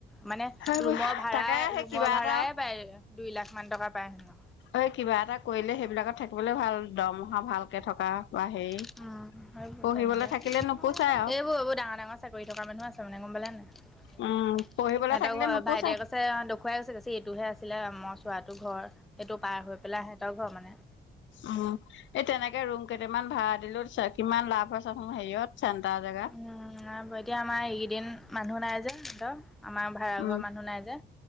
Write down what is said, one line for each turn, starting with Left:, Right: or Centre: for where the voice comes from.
Centre: মানে
Left: সেইবোৰ
Centre: ৰুমৰ ভাড়া-
Left: তাকে সেই কিবা এটা
Centre: পাই দুই লাখ মান টকা পায় হেনো
Left: এই কিবা এটা কৰিলে সেইবিলাকত থাকিবলৈ ভাল দৰমহা ভালকে থকা বা হেৰি
Centre: অ সেইবোৰ
Left: পঢ়িবলৈ
Centre: তেনেকে, এইবোৰ-
Left: থাকিলে নোপোচাই আৰু
Centre: এইবোৰ ডাঙৰ- ডাঙৰ। চাকৰি থকা মানুহ আছে মানে গম পালে নাই?
Left: উম
Centre: সিহতৰ
Left: পঢ়িবলৈ থাকিলে
Centre: ঘৰ
Left: নোপোচাই
Centre: ভাইটিয়ে কৈছে দ খুৱাই গৈছে গেছে এইটোহে আছিলে মই চোৱাটো ঘৰ সেইটো পাৰ হৈ পেলাই সিহতৰ ঘৰ মানে।
Left: অ। এই তেনেকে ৰুম কেইটামান ভাড়া দিলেও চা কিমান লাভ হয় চাচোন হেৰিয়ত চেণ্টাৰ জেগাত
Centre: উম, নাই বাৰু, এতিয়া আমাৰ এইকেইদিন মানুহ নাই যে সিহঁতৰ আমাৰ ভাড়াঘৰৰ
Left: উম
Centre: মানুহ নাই যে